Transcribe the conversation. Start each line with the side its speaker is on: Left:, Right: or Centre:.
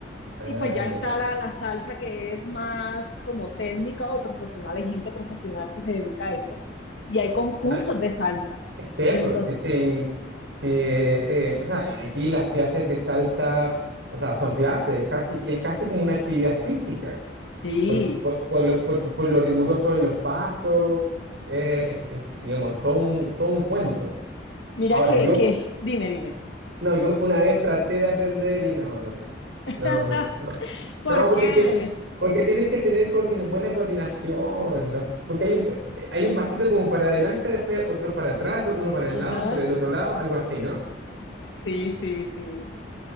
Right: Ah,
Left: Y pues ya
Right: perfecto.
Left: está la, la salsa que es más como técnica o profesional, hay gente profesional que se dedica a eso. Y hay concursos
Right: Ah,
Left: de salsa.
Right: sí,
Left: Entonces,
Right: pues, sí, sí. Sí, eh, eh, o sea, aquí las clases de salsa, o sea, son clases, casi, y es casi como una actividad física,
Left: sí,
Right: por, por- por lo, por- por lo riguroso de los pasos, eh, es- es, digamos, es todo un, todo un cuento.
Left: mira
Right: Ahora,
Left: que,
Right: yo,
Left: que, dime, dime.
Right: No, u- una vez traté de aprender y no, no pude.
Left: <laughs>
Right: No, no, no. No,
Left: ¿Por
Right: porque,
Left: qué?
Right: tie- porque tienes que tener coordina- buena coordinación, ¿no? Porque hay un, pa- eh, hay un pasito como para adelante, después otro para atrás, después uno para
Left: Ajá.
Right: el lado, para el otro lado, algo así, ¿no?
Left: Sí, sí, sí.